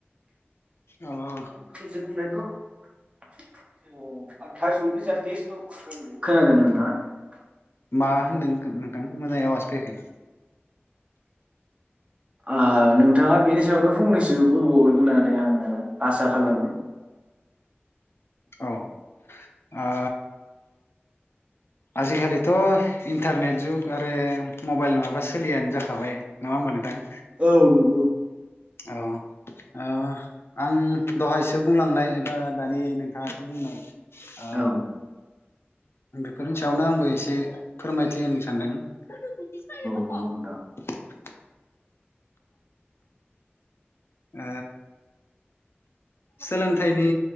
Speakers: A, on the left; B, on the right.
A: अ अ।
B: <unintelligible> <unintelligible> खोनादों ना नोंथाङा।
A: मा होनदों खो नोंथां मोजाङै आवाज फैयाखै।
B: ओ नोंथाङा बेनि सायावनो फंनैसो बुंबावगोन होननानै आङो आसा खालामो।
A: औ ओ आजिखालिथ' इन्टारनेट जुग आरो मबाइल नङाबा सोलियानो जाखाबाय नङा होमबा नोंथां।
B: औ नंगौ
A: औ ओ आं दहायसो बुंलांनाय एबा दानि नोंथाङासो बुंनाय आ
B: औ
A: बेफोरनि सायावनो आंबो एसे फोरमायथि होनो सानदों
B: नंगौ नोंथां
A: <unintelligible> ओ सोलोंथाइनि